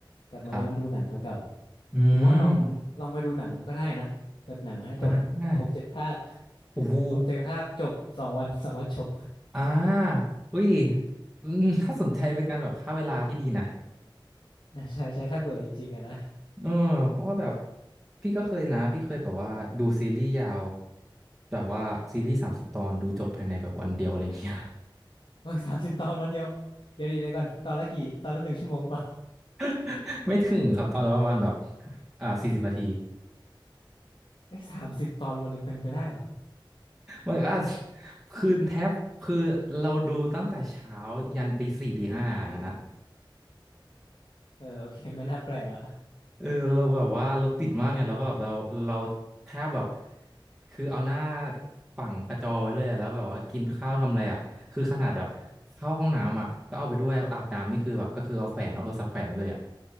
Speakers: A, on the left; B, in the centre.
A: กลับมาย้อนดูหนังเก่าๆผมว่าลองลองไปดูหนังก็ได้นะแบบหนังนะจบหกเจ็ดภาค
B: ครับอืมอ่าโอ้โห
A: หกเจ็ดภาคจบสองวันสองวันจบ
B: อ่าอุ้ยอืมน่าสนใจเป็นการแบบฆ่าเวลาที่ดีนะ
A: อ่าใช่ใช่ถ้าเบื่อจริงๆอะนะ
B: เออเพราะว่าแบบพี่ก็เคยนะพี่เคยแบบว่าดูซีรีส์ยาวแบบว่าซีรีส์สามสิบตอนดูจบภายในแบบวันเดียวอะไรเงี้ย
A: โอ้ยสามสิบตอนวันเดียวเดี๋ยวดีเดี๋ยวก่อนตอนละกี่ตอนละหนึ่งชั่วโมงเปล่า
B: <laughs> ไม่ถึงครับตอนละประมาณแบบอ่าสี่สิบนาที
A: เอ้ยสามสิบตอนวันหนึ่งเป็นไปได้เหรอ
B: มันอ่คือแทบคือเราดูตั้งแต่เช้ายันตีสี่ตีห้าอย่างนั้นนะ
A: เออโอเคไม่น่าแปลกละ
B: เออเราแบบว่าเราติดมากไงแล้วก็แบบเราเราแทบแบบคือเอาหน้าฝังกระจอไว้เลยอะแล้วแบบว่ากินข้าวทำอะไรอ่ะคือขนาดแบบเข้าห้องน้ำอ่ะก็เอาไปด้วยอาบน้ำนี่คือแบบก็คือเอาแขวนเอาโทรศัพท์แขวนไว้เลยอ่ะ